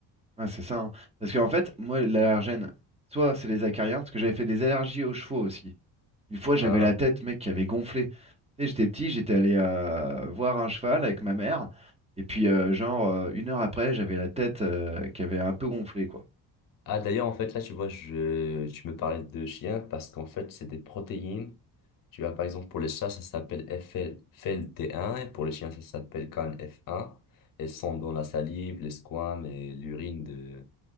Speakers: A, on the right; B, on the left.
A: Ah, c'est ça. hein. Parce qu'en fait, moi l'allergène, soit c'est les acariens, parce que j'avais fait des allergies aux chevaux aussi. Une fois, j'avais
B: Ah,
A: la tête, mec, qui avait gonflé. Tu sais, j'étais petit, j'étais allé euh, voir un cheval avec ma mère. Et puis, euh, genre, euh, une heure après, j'avais la tête euh, qui avait un peu gonflé, quoi.
B: Ah, d'ailleurs, en fait, là, tu vois, je, tu me parlais de chiens parce qu'en fait, c'est des protéines. Tu vois, par exemple, pour les chats, ça s'appelle FLT1 et pour les chiens, ça s'appelle CANF1. Elles sont dans la salive, les squames et l'urine de,